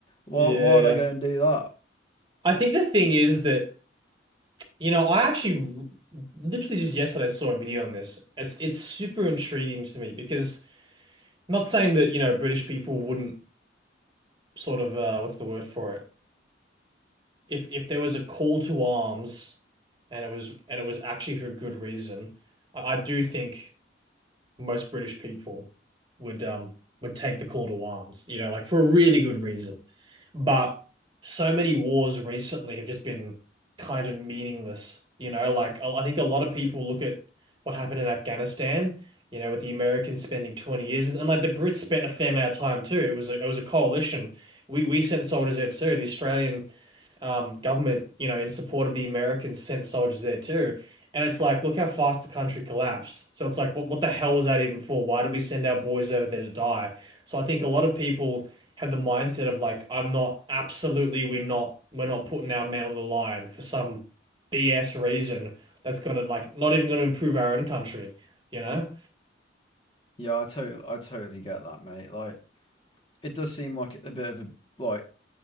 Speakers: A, on the left (about 30°); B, on the right (about 25°).
A: why,
B: Yeah.
A: why would I go and do that?
B: I think the thing is that, you know, I actually r- literally just yesterday saw a video on this. It's it's super intriguing to me because I'm not saying that, you know, British people wouldn't sort of uh what's the word for it? If if there was a call to arms and it was and it was actually for good reason, I, I do think most British people would um would take the call to arms, you know, like for a really good reason. But so many wars recently have just been kind of meaningless, you know, like I I think a lot of people look at what happened in Afghanistan, you know, with the Americans spending 20 years and, and like the Brits spent a fair amount of time too. It was a, it was a coalition. We we sent soldiers there too. The Australian um, government, you know, in support of the Americans sent soldiers there too. And it's like, look how fast the country collapsed. So it's like, what, what the hell was that even for? Why did we send our boys over there to die? So I think a lot of people have the mindset of like, I'm not absolutely, we're not, we're not putting our man on the line for some BS reason that's gonna like not even gonna improve our own country, you know?
A: Yeah, I totally, I totally get that, mate. Like, it does seem like a bit of a like.